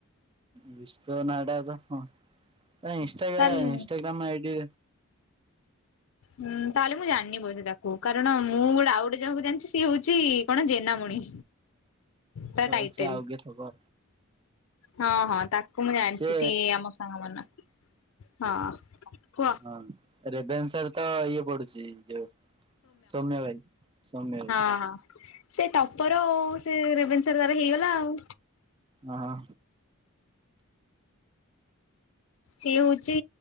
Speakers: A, on the right (about 25°); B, on the left (about 70°).
A: ବିଶ୍ୱ ନାଁ ଟା ତ ହଁ ତା ଇନସ୍ଟାଗ୍ରାମ
B: ତା
A: ଇନସ୍ଟାଗ୍ରାମ ଆଇଡି।
B: ହୁଁ ତାହେଲେ ମୁଁ ଜାଣିନି ବୋଧେ ତାକୁ କାରଣ ମୁଁ ଗୋଟେ ଆଉ ଯାହାକୁ ଜାଣିଛି ସିଏ ହଉଛି କଣ ଜେନାମଣି। ତା
A: ହଉ
B: ଟାଇଟେଲ
A: ସେ ଆଉ କେ ଥବ।
B: ହଁ ହଁ ତାକୁ ମୁଁ ଜାଣିଛି
A: ସେ
B: ସିଏ ଆମ ସାଙ୍ଗ ମ ହଁ କୁହ?
A: ହଁ ରେଭେନ୍ସାରେ ତ ଇଏ ପଡୁଛି ଯୋଉ ସୌମ୍ୟ ଭାଇ ସୌମ୍ୟ ଭାଇ।
B: ହଁ। ସେ ଟପର ଆଉ ସେ ରେଭେନ୍ସାରେ ତାର ହେଇଗଲା ଆଉ
A: ହଁ।
B: ସିଏ ହଉଛି